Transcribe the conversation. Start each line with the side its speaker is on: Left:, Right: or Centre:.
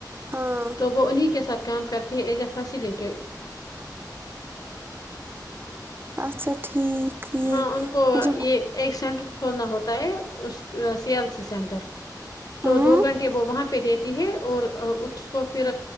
Right: ہاں
Left: تو وہ انہیں کے ساتھ کام کرتی ہے ایز آ فصلٹ
Right: اچھا ٹھیک ٹھیک
Left: ہاں ان کو
Right: مجھے
Left: یہ
Right: وہ
Left: ایک سینٹر کھولنا ہوتا ہے اس سی ایل سی سینٹر
Right: ہوں
Left: تو دو گھنٹے وہ وہاں پے پے دیتی ہے اور اس کو پھر